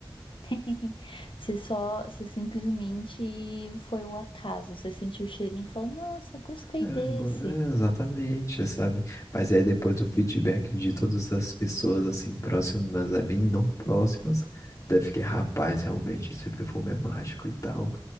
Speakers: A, on the left (about 85°); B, on the left (about 40°).
A: <laughs> Você só, você simplesmente foi o acaso. Você sentiu o cheirinho e falou: Nossa, gostei
B: É,
A: desse.
B: go- é, exatamente, sabe? Mas aí depois do feedback de todas as pessoas, assim, próximas a mim, não próximas, deve que, rapaz, realmente esse perfume é mágico e tal.